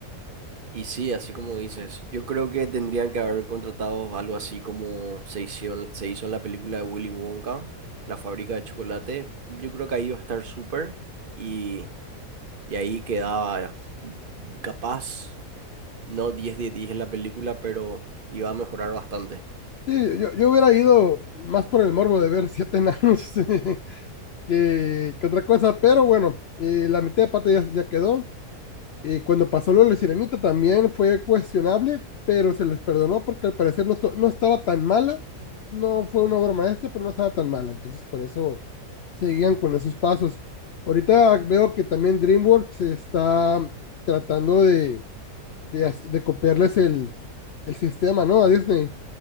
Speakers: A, on the right; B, on the left.
A: Y sí, así como dices, yo creo que tendrían que haber contratado algo así como se hizo, se hizo en la película de Willy Wonka, La fábrica de chocolate. Yo creo que ahí iba a estar súper y, y ahí quedaba capaz. No 10 de 10 en la película, pero iba a mejorar bastante.
B: Sí, yo, yo hubiera ido más por el morbo de ver siete enanos <laughs> que, que otra cosa, pero bueno, eh, la mitad de pata ya, ya quedó. y cuando pasó lo de la sirenita también fue cuestionable, pero se les perdonó porque al parecer no, estu- no estaba tan mala. No fue una obra maestra, pero no estaba tan mala. Entonces, por eso seguían con esos pasos. Ahorita veo que también DreamWorks está tratando de de, hac- de copiarles el, el sistema, ¿no? A Disney.